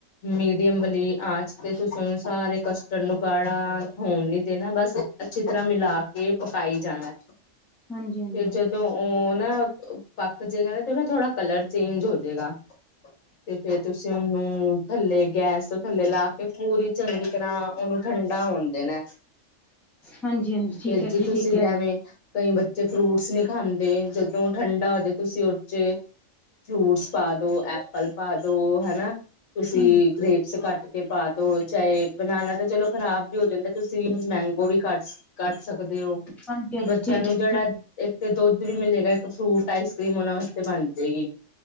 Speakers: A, on the left; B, in the centre.
A: ਮੀਡੀਅਮ ਵਾਲੀ ਆਂਚ ਤੇ ਤੁਸੀਂ ੳਨੁ ਸਾਰੇ ਚੰਨ ਗਾੜਾ ਹੋਨ ਨੀ ਦੇਨਾ ਬਸ ਅੱਛੀ ਤਰ੍ਹਾਂ ਮਿਲਾ ਕੇ ਪਕਾਈ ਜਾਨਾ।
B: ਹਾਂਜੀ ਹਾਂਜੀ
A: ਫੇਰ ਜਦੋਂ ਉਹ ਨਾ ਪੱਕ ਜੇਗਾ ਤੇ ਉਹਨੂੰ ਥੋੜਾ ਕਲਰ ਚੇਂਜ ਹੋਜੇਗਾ। ਤੇ ਫੇਰ ਤੁਸੀਂ ਉਹਨੂੰ ਥੱਲੇ ਗੈਸ ਤੋਂ ਥੱਲੇ ਲਾ ਕੇ ਪੂਰੀ ਚੰਗੀ ਤਰ੍ਹਾਂ ਉਹਨੂੰ ਠੰਡਾ ਹੋਨ ਦੇਨਾ ਤੇ
B: ਹਾਂਜੀ ਹਾਂਜੀ ਠੀਕ ਹੈ
A: ਜੀ ਤੁਸੀਂ
B: ਠੀਕ
A: ਜੇਵੇਂ
B: ਹੈ
A: ਕਈ ਬੱਚੇ ਫਰੂਟਸ ਨਹੀਂ ਖਾਂਦੇ ਜਦੋਂ ਠੰਡਾ ਹੋਜੇ ਤੁਸੀਂ ਉਦ ਚ ਫਰੂਟਸ ਪਾ ਦੋ ਐਪਲ ਪਾ ਦੋ ਹਨਾ ਤੁਸੀਂ
B: ਹਾਂਜੀ
A: ਗ੍ਰੇਪਸ ਕੱਟ ਕੇ ਪਾ ਦੋ ਚਾਹੇ ਬਨਾਨਾ ਤਾਂ ਚਲੋ ਖ਼ਰਾਬ ਵੀ ਹੋ ਜਾਂਦਾ। ਤੁਸੀਂ ਮੈਂਗੋ ਵੀ ਕੱਟ ਕੱਟ ਸਕਦੇ ਓ ਕਿ
B: ਹਾਂਜੀ ਹਾਂਜੀ
A: ਬੱਚਿਆਂ
B: ਠੀਕ
A: ਨੂੰ
B: ਹੈ
A: ਜਿਹੜਾ
B: ਜੀ
A: ਇੱਕ ਤੇ ਦੁੱਧ ਵੀ ਮਿਲੇਗਾ ਇੱਕ ਫਰੂਟ ਆਈਸ ਕਰ੍ਰੀਮ ਉਹਨਾ ਵਾਸਤੇ ਬਨ ਜੇਗੀ।